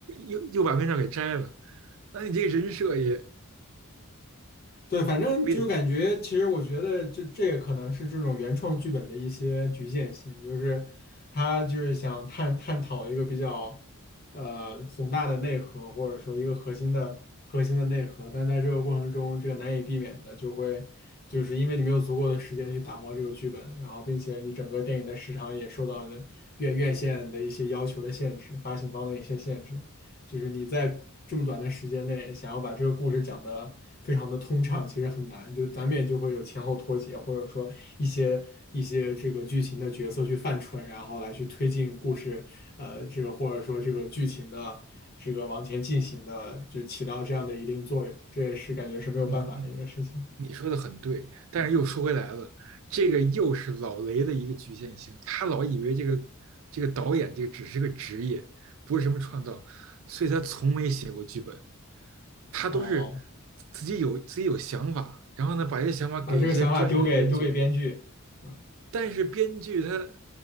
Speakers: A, on the right; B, on the left.
A: 又又把面罩给摘了，那你这个人设也
B: 对，反正就感觉，
A: 不也
B: 其实我觉得就这也可能是这种原创剧本的一些局限性，就是他就是想探探讨一个比较呃宏大的内核，或者说一个核心的核心的内核，但在这个过程中，这个难以避免的就会就是因为你没有足够的时间去打磨这个剧本，然后并且你整个电影的时长也受到了院院线的一些要求的限制，发行方的一些限制。就是你在这么短的时间内想要把这个故事讲得非常的通畅，其实很难，就难免就会有前后脱节，或者说一些一些这个剧情的角色去犯蠢，然后来去推进故事，呃，这个或者说这个剧情的这个往前进行的，就起到这样的一定作用，这也是感觉是没有办法的一个事情。
A: 你你你说的很对，但是又说回来了，这个又是老雷的一个局限性，他老以为这个这个导演这个只是个职业，不是什么创造，所以他从没写过剧本，他都是
B: 哦，
A: 自己有自己有想法，然后呢把这些想法给一些专业的编剧，
B: 把这个想法丢给丢给编剧。嗯
A: 但是编剧他